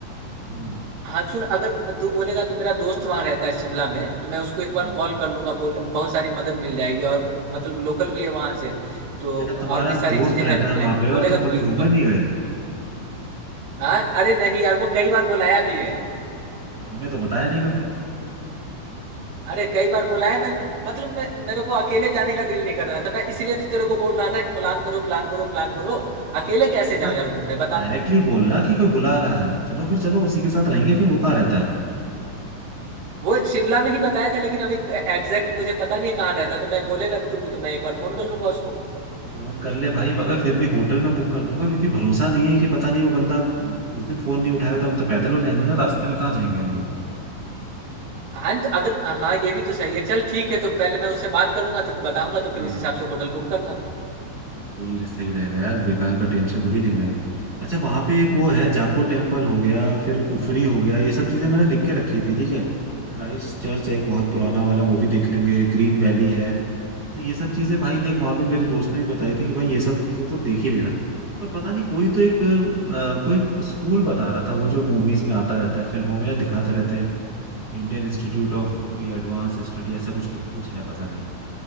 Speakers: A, on the right; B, on the right.
A: हम्म
B: हाँ सुन अगर तू बोलेगा तो मेरा दोस्त वहां रहता है शिमला में तो मैं उसको एक बार
A: हाँ
B: कॉल कर लूंगा बोल बहुत सारी मदद मिल जाएगी और मतलब लोकल भी है वहां से तो
A: बेटा
B: और
A: तुम्हारा
B: भी सारी
A: दोस्त
B: चीजें हेल्प
A: रहता
B: हो
A: है
B: जाएगी
A: वहां
B: तू
A: पे
B: बोलेगा
A: और तुम
B: तो
A: कभी
B: मैं उसको
A: घूमने
B: call-
A: नहीं गए
B: हाँ अरे नहीं यार वो कई बार बुलाया भी है
A: और हमें तो बताया नहीं कभी
B: अरे कई बार बुलाया मैं मतलब मैं मेरे को अकेले जाने का दिल नहीं कर रहा था मैं इसीलिए तो तेरे को बोल रहा था कि प्लान करो प्लान करो प्लान करो अकेले कैसे
A: अरे
B: जाऊं
A: तो
B: यार घूमने बता
A: डायरेक्टली बोलना कि कोई बुला रहा है चलो फिर चलो उसी के साथ रहेंगे फिर वो कहाँ रहता है
B: वो शिमला में ही बताया था लेकिन अभी एग्जैक्ट मुझे पता नहीं है कहाँ रहता तो मैं बोलेगा तू तो मैं एक बार फोन कर लूंगा उसको
A: फोन कर ले भाई मगर फिर भी होटल में बुक कर दूंगा क्योंकि भरोसा नहीं है कि पता नहीं वो बंदा उस दिन फोन नहीं उठाया तो हम तो पैदल हो जाएंगे ना रास्ते में कहाँ जाएंगे हम लोग
B: हाँ तो अगर हाँ ये भी तो सही है चल ठीक है तो पहले मैं उससे बात कर लूंगा तो बताऊंगा तो फिर
A: हाँ
B: उस हिसाब से होटल बुक करना
A: वही रह- सही रहेगा यार बेकार का टेंशन थोड़ी लेना है अच्छा वहां पे एक वो है जाको टेम्पल हो गया फिर कुफरी हो गया ये सब चीजें मैंने लिख के रखी थी ठीक है फिर क्राइस्ट चर्च है एक बहुत पुराना वाला वो भी देख लेंगे ग्रीन वैली है तो ये सब चीजें भाई देख वहां पे मेरे दोस्त ने भी बताई थी कि भाई ये सब चीजें तो देख ही लेना पर पता नहीं कोई तो एक अ, कोई स्कूल बता रहा था वो जो मूवीज में आता रहता है फिल्मों में ना दिखाते रहते हैं इंडियन इंस्टीट्यूट ऑफ कोई एडवांस स्टडी ऐसा कुछ करके कुछ है पता नहीं